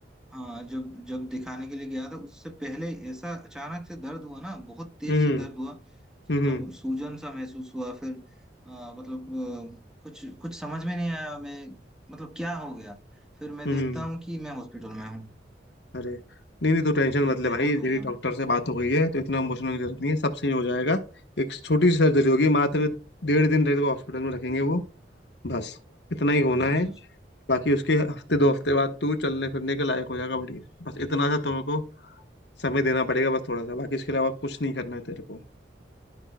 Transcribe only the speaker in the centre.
हाँ जब जब दिखाने के लिए गया था उससे पहले ऐसा अचानक से दर्द हुआ ना बहुत तेज
से दर्द हुआ कि
मतलब सूजन सा महसूस हुआ फिर आ, मतलब आ, कुछ कुछ समझ में नहीं आया मैं मतलब क्या हो गया फिर मैं
देखता हूँ कि मैं हॉस्पिटल में हूँ
मतलब
बेहोश
हो
गया मैं
हाँ
अच्छा अच्छा
अच्छा